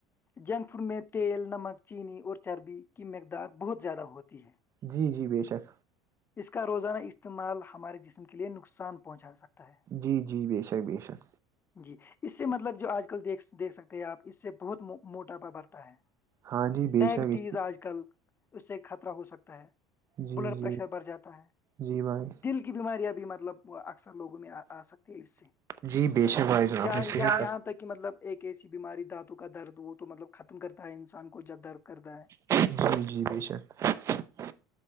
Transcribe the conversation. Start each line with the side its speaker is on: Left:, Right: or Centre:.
Left: جنک فوڈ میں تیل نمک چینی اور چربی کی مقدار بہت زیادہ ہوتی ہے
Right: جی جی بے شک
Left: اس کا روزانہ استعمال ہمارے جسم کے لیے نقصان پہنچا سکتا ہے
Right: جی جی بے شک بے شک
Left: جی اس سے مطلب جو آج کل د دیکھ سکتے ہیں آپ اس سے بہت موٹاپا بڑھتا ہے
Right: ہاں جی بے
Left: ڈائبٹیز
Right: شک اس
Left: آج کل اس سے خطرہ ہو سکتا ہے
Right: جی
Left: بلڈ
Right: جی
Left: پریشر بڑھ جاتا ہے
Right: جی بھائی
Left: دل کی بیماریاں بھی مطلب اکثر لوگوں میں آ سکتی ہے اس سے
Right: جی بے شک بھائی جناب
Left: جہاں
Right: نے صحیح
Left: یہاں
Right: <inaudible>
Left: یہاں تک کہ مطلب ایک ایسی بیماری دانتوں کا درد وہ تو مطلب ختم کرتا ہے انسان کو جب درد کرتا ہے
Right: جی جی بے شک <inaudible>